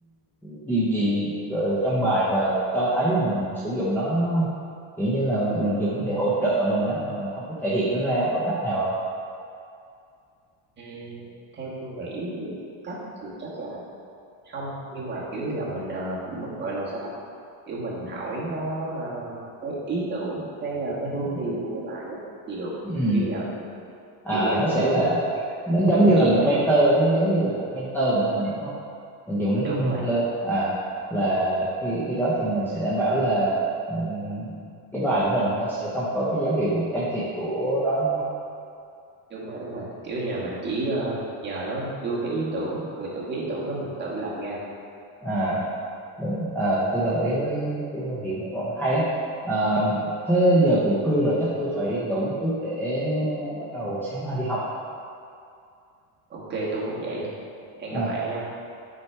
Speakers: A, in the centre; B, on the right.
A: điều gì ờ, trong bài mà cho thấy là mình sử dụng nó kiểu như là mình dùng nó để hỗ trợ mình á mà mình không có thể hiện nó ra có cách nào không
B: ừm, theo tôi nghĩ thì cách thì chắc là không nhưng mà kiểu như là mình ờ, gọi là sao ta kiểu mình hỏi nó ờ, cái ý tưởng cái ờ, cái hướng đi của cái bài á thì được
A: ừ.
B: kiểu như là mình
A: à
B: dựa vào
A: nó
B: cái
A: sẽ
B: hướng
A: là
B: đó mà thì mình
A: nó giống
B: tự
A: như
B: vẽ
A: là một
B: nhanh
A: mentor nó giống như là một mentor của mình vậy đúng không mình dùng nó
B: đúng
A: như mentor
B: rồi
A: à là khi khi đó thì mình sẽ đảm bảo là ừ, cái bài của mình nó sẽ không có cái dấu hiệu can thiệp của đó đúng không
B: đúng rồi đúng rồi kiểu như là mình chỉ ờ, nhờ nó đưa cái ý tưởng rồi từ cái ý tưởng đó mình tự làm ra
A: à đúng Ờ, tôi đồng ý với cái quan điểm đó của ông hay á Ờ, thế giờ cũng khuya rồi chắc tôi phải ngủ một chút để bắt đầu sáng mai đi học
B: ok tôi cũng vậy nữa hẹn
A: Ờ,
B: gặp lại anh nhé.